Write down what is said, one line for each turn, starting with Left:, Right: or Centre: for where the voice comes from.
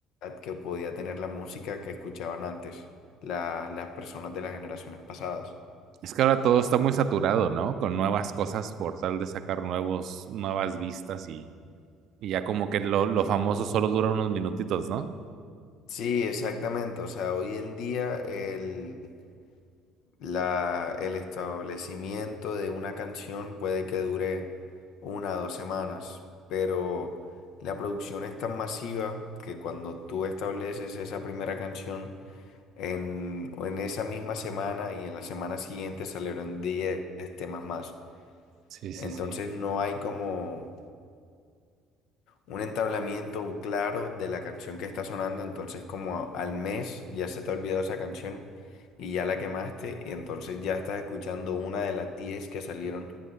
Left: que podía tener la música que escuchaban antes la- las personas de las generaciones pasadas.
Right: Es que ahora todo está muy saturado, ¿no? Con nuevas cosas por tal de sacar nuevos, nuevas vistas y, y ya como que lo, lo famoso solo dura unos minutitos, ¿no?
Left: Sí, exactamente. O sea, hoy en día el, la- el establecimiento de una canción puede que dure una o dos semanas, pero la producción es tan masiva que cuando tú estableces esa primera canción, En, en esa misma semana y en la semana siguiente salieron 10 temas más.
Right: Sí, sí,
Left: Entonces
Right: sí.
Left: no hay como un entablamiento claro de la canción que está sonando. Entonces como a- al mes ya se te ha olvidado esa canción y ya la quemaste. Y entonces ya estás escuchando una de las 10 que salieron